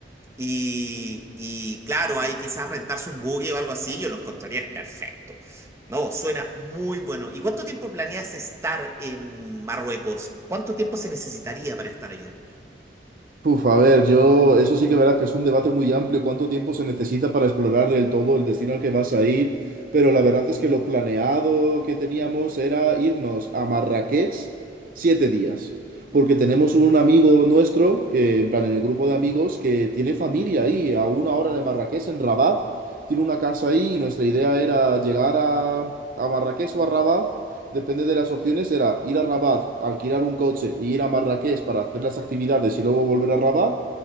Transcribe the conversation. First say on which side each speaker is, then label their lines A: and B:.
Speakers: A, on the right (about 15°); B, on the right (about 50°).
A: Y, y claro, ahí quizás rentarse un buggy o algo así, yo lo encontraría perfecto. No, suena muy bueno. ¿Y cuánto tiempo planeas estar en Marruecos? ¿Cuánto tiempo se necesitaría para estar allá?
B: Uf, a ver, yo, eso sí que verás que es un debate muy amplio, cuánto tiempo se necesita para explorar del todo el destino al que vas a ir, pero la verdad es que lo planeado que teníamos era irnos a Marrakech siete días, porque tenemos un amigo nuestro, que, en plan, en el grupo de amigos, que tiene familia ahí, a una hora de Marrakech, en Rabat, tiene una casa ahí, y nuestra idea era llegar a, a Marrakech o a Rabat depende de las opciones, era ir a Rabat, alquilar un coche y ir a Marrakech para hacer las actividades y luego volver a Rabat,